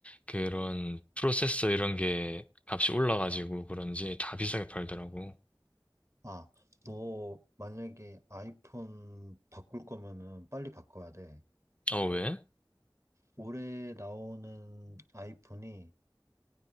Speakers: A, on the left; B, on the right.
A: 그런 프로세서 이런 게 값이 올라가지고 그런지 다 비싸게 팔더라고.
B: 아, 너 만약에 아이폰 바꿀 거면은 빨리 바꿔야 돼.
A: 어, 왜?
B: 올해 나오는 아이폰이